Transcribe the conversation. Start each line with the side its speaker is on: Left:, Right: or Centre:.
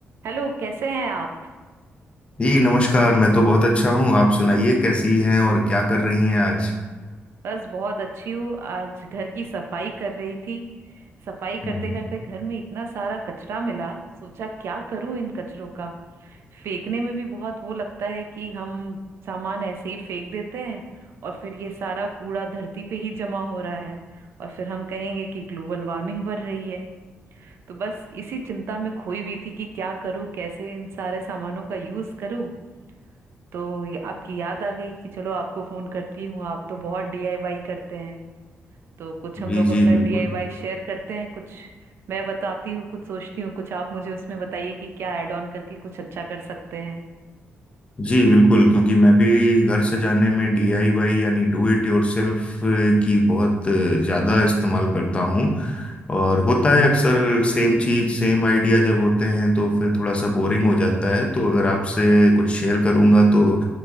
Right: Hello कैसे हैं आप
Left: जी नमस्कार मैं तो बहुत अच्छा हूँ आप सुनाइए कैसी हैं और क्या कर रही हैं आज
Right: बस बहुत अच्छी हूँ आज घर की सफाई कर रही थी सफाई
Left: हम्म,
Right: करते करते घर में इतना सारा कचरा मिला सोचा क्या करूँ इन कचरों का फेंकने में भी बहुत वो लगता है कि हम सामान ऐसे ही फेंक देते हैं और फिर ये सारा कूड़ा धरती पे ही जमा हो रहा है और फिर हम कहेंगे कि ग्लोबल वार्मिंग बढ़ रही है तो बस इसी चिंता में खोई हुई थी कि क्या करूँ कैसे इन सारे सामानों का यूज़ करूँ तो ये आपकी याद आ गई कि चलो आपको फोन करती हूँ आप तो बहुत डीआईवाई करते हैं तो कुछ
Left: जी
Right: हम लोग अपना
Left: जी बिल्कुल
Right: डीआईवाई शेयर करते हैं कुछ मैं बताती हूँ कुछ सोचती हूँ कुछ आप मुझे उसमें बताइए कि क्या ऐड ऑन करके कुछ अच्छा कर सकते हैं
Left: जी बिल्कुल क्योंकि मैं भी घर सजाने में डीआईवाई यानी डू इट योरसेल्फ की बहुत ज़्यादा इस्तेमाल करता हूँ और होता है अक्सर सेम चीज़ सेम आइडिया जब होते हैं तो फिर थोड़ा सा बोरिंग हो जाता है तो अगर आपसे कुछ शेयर करूँगा तो